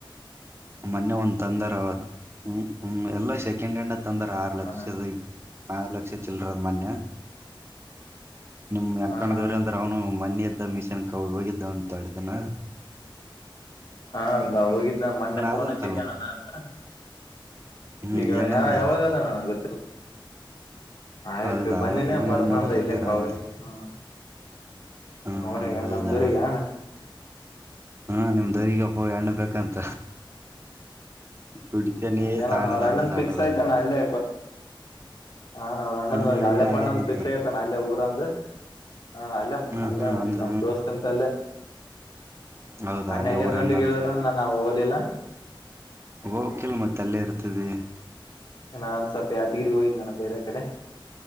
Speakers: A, on the right (about 30°); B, on the left (about 60°).
A: ಮೊನ್ನೆ ಒಂದ್ ತಂದರ್ಮ್ಮ್ ಎಲ್ಲಾ ಸೆಕೆಂಡ್ ಹ್ಯಾಂಡ್ ತಂದಾರ ಆರು
B: ಹಾಣ
A: ಲಕ್ಷದ ಆರು ಲಕ್ಷ ಚಿಲ್ಲರ ಅದ್ ಮೊನ್ ನಿಮ್ ಯಂಕಣದವ್ರ
B: ಹ ಹಾ
A: ಅಂದ್ರ ಅವನು ಮ ಇದ್ದಥ ಮಿಷನ್ ಕವು ಹೋಗಿದ್ದ ಅಂತ ಅಳ್ದನ
B: ಹಾಾ ಹೋಗಿದ್ ನ ಮೊನ್ನೆ
A: ಆದಂತಲ್ಲ
B: ನ್ಚ್ಚಮದ್ದೆಣ್ಣ ನಾನ
A: ಹ್ಮ್
B: ಈಗ
A: ಏನಂದ
B: ಯಾ ಯಾವಾಗ ಅದಣಣ ಗೊತ್ತ ಆಯಕ್
A: ಹೌದಾ
B: ಬಂದಿನಿ
A: ಏನೋ
B: ಬರ್ತ್ನಂದ
A: ಹೆಣ್ಣ ನೋಡಕ್ತಾರ
B: ಇಲ್ಲಕ್ ಅವಿ
A: ಅಂತ
B: ಹ
A: ಹ
B: ಅವನಿಗೆ
A: ಹಾ ಹೌದಾ
B: ನಮ್ದೂರಿಗಣ
A: ಹಾ ನಿಮ್ದಗಪ್ಪೋಗಿ ಎಣ್ಣ ಬೇಕಂತ ಕುಡಿತೇನಿ
B: ಹ ಏನಣ್ಣ
A: ಸಾಣದಲ್ಲ
B: ಅವ ಅಣ್ಣನ್
A: ಸಾಣದಲ್ಲ
B: ಫಿಕ್ಸ್ ಆಯ್ತಣ್ಣ ಅಲ್ಲೇ ಹಾ ಅಣೊಂದ
A: ಹ್ಮ್
B: ಹಳೆ
A: ಇಲ್ಲಿ ಆಗ್ಯದಂತ
B: ಣ್ಣೊಂದ ಪಿಕ್ಸ್ ಆಗತಾನ ಅಲ್ಲೇ ಊರಂದು ಹ ಅಲ್ಲ
A: ಹ್ಮ್
B: ಅಲ್ಲ
A: ಹ್ಮ್ ಅಂದ
B: ನಮ್ಮ ದೋಸ್ತ ಎಂತ ಅಲ್ಲ
A: ಹೌದಾ
B: ನನ್
A: ಅಲ್ಲೇ
B: ಗಜ
A: ಊರಂದ
B: ಗಂಟಗ್ ಕೇಳಿದ್ರ ನ ನವು ಹಓಲಿಲ್ಲ
A: ಹೋಗಕಲ್ ಮತ್ತೆ ಅಲ್ಲೇ ಇರ್ತದೆ
B: ನಾನ್ ಸ್ವಲ್ಪ ಯಾದಗಿರಿ ಹೋಗಿದ್ದೆ ನಾನ ಬೇರೆ ಕಡೆ